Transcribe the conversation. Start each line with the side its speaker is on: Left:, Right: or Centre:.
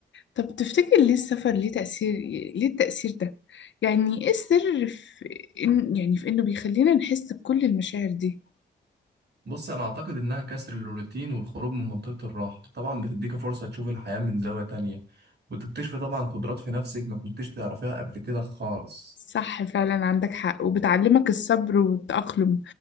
Left: طب تفتكر ليه السفر ليه تأثير ليه التأثير ده؟ يعني ايه السر في إن يعني في إنه بيخلينا نحس بكل المشاعر دي؟
Right: بص انا اعتقد انها كسر الروتين والخروج من منطقه الراحه طبعا بتديك فرصه تشوف الحياه من زاويه تانية وتكتشفي طبعا قدرات في نفسك ما كنتش تعرفيها قبل كده خالص
Left: صح فعلا عندك حق وبتعلمك الصبر والتأقلم